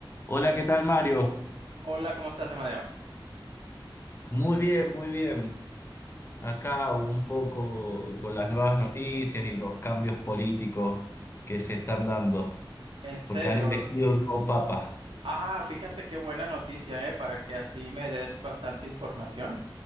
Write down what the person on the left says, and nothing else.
Hola, ¿qué tal, Mario?
Muy bien, muy bien. Acá un poco con las nuevas noticias y los cambios políticos que se están dando,
porque han elegido un nuevo papa.